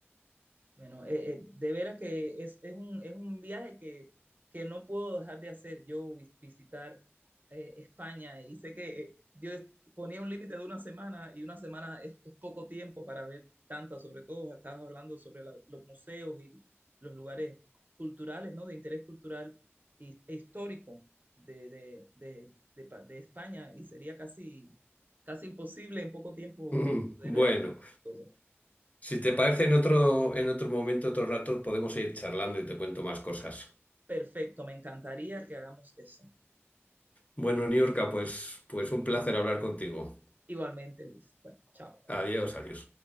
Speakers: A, on the right; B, on the left.
A: Bueno, eh, eh, de veras que es, es un, es un viaje que, que no puedo dejar de hacer. Yo vis- visitar eh, España y sé que eh, yo es- ponía un límite de una semana y una semana es, es poco tiempo para ver tantas, sobre todo estabas hablando sobre la- los museos y los lugares culturales, ¿no? De interés cultural y, e histórico de, de, de, de, pa- de España y sería casi, casi imposible en poco tiempo
B: Mm,
A: poder
B: Bueno,
A: eh, ver todo.
B: si te parece en otro, en otro momento, otro rato, podemos seguir charlando y te cuento más cosas.
A: Perfecto, me encantaría que hagamos eso.
B: Bueno, Niurka, pues, pues un placer hablar contigo.
A: Igualmente, Luis. Bueno, chao.
B: Adiós, adiós.